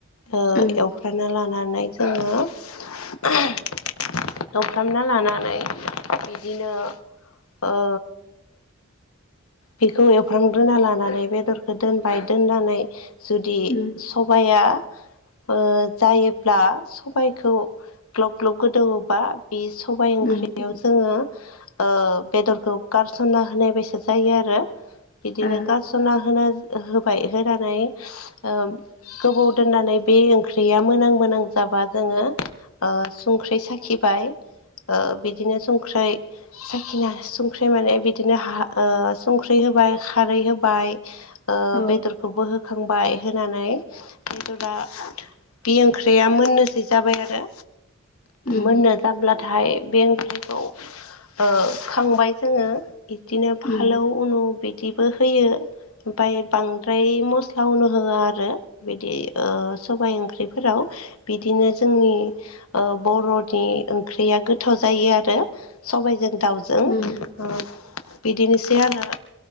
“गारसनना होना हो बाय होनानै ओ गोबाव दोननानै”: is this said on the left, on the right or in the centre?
Left